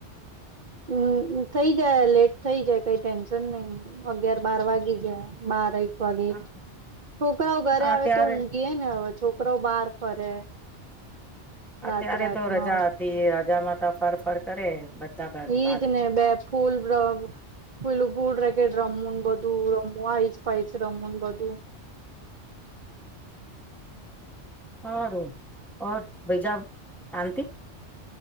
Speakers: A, on the right; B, in the centre.
A: હમ થઇ જાય લેટ થઇ જાય કઈ ટેન્શન નહી. અગિયાર બાર વાગી જાય બાર વાગી
B: હા
A: છોકરાઓ ઘરે આવે
B: અત્યારે
A: તો ઊંઘી ને હવે છોકરાઓ બહાર ફરે. <inaudible> રાત
B: અત્યારે
A: રાતમાં
B: તો રજા હતી રજામાં તો ફર ફર કરે બધા ભાભી
A: એજને બે ફૂલ <unintelligible> ફૂલ <unintelligible> રે રમવુંન બધું રમવા આઇસ પાઇસ રમવુંન બધું.
B: હારું ઔર ભાઇ સાહબ શાંતિ